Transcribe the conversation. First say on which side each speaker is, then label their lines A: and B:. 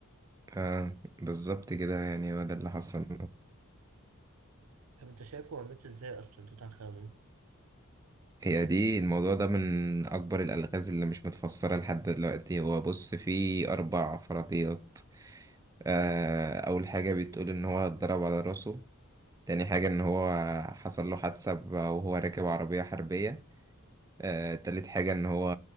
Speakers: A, on the right (about 15°); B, on the right (about 90°).
A: اه بالظبط كده يعني هو ده اللي حصل
B: طب أنت شايفه هو مات إزاي أصلا توت عنخ آمون؟
A: هي دي الموضوع ده من أكبر الألغاز اللي مش متفسرة لحد دلوقتي هو بص فيه أربع فرضيات آه، أول حاجة بتقول إن هو اتضرب على راسه تاني حاجة
B: مم.
A: إن هو حصل له حادثة ب- وهو راكب عربية حربية آه، تالت حاجة إن هو